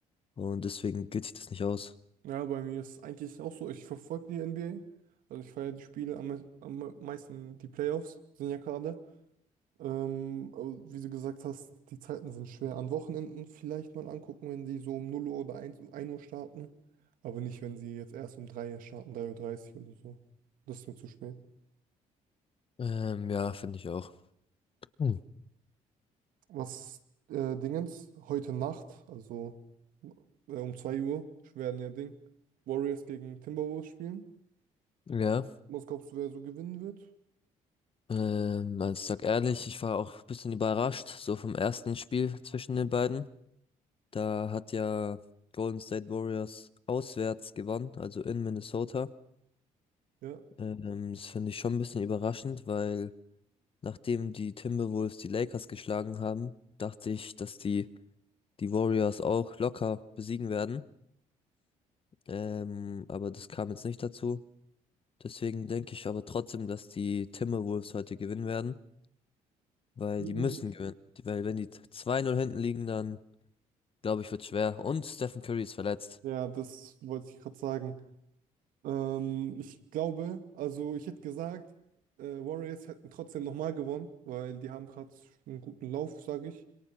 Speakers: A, on the left; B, on the right.
A: und deswegen geht sich das nicht aus.
B: Ja, bei mir ist es eigentlich auch so. Ich verfolge die NBA. Also ich feiere die Spiele am, me- am meisten. Die Playoffs sind ja gerade. Ähm, aber wie du gesagt hast, die Zeiten sind schwer. An Wochenenden vielleicht mal angucken, wenn sie so um null Uhr oder eins um ein Uhr starten. Aber nicht, wenn sie jetzt erst um drei Uhr starten, 3 Uhr dreißig oder so. Das ist mir zu spät.
A: Ähm, ja, finde ich auch. Hm.
B: Was äh, Dingens, heute Nacht, also äh, um 2 Uhr, werden ja Ding, Warriors gegen Timberwolves spielen.
A: Ja,
B: Was glaubst du, wer so gewinnen wird?
A: ähm, also ich sag ehrlich, ich war auch ein bisschen überrascht, so vom ersten Spiel zwischen den beiden. Da hat ja Golden State Warriors auswärts gewonnen, also in Minnesota.
B: Ja.
A: Ähm, das finde ich schon ein bisschen überraschend, weil nachdem die Timberwolves die Lakers geschlagen haben, dachte ich, dass die, die Warriors auch locker besiegen werden. Ähm, aber das kam jetzt nicht dazu. Deswegen denke ich aber trotzdem, dass die Timberwolves heute gewinnen werden. Weil
B: Mhm.
A: die müssen gewinnen. Weil wenn die zwei null hinten liegen, dann glaube ich, wird schwer. Und Stephen Curry ist verletzt.
B: Ja, das wollte ich gerade sagen. Ähm, ich glaube, also ich hätte gesagt, äh, Warriors hätten trotzdem nochmal gewonnen, weil die haben gerade einen guten Lauf, sage ich.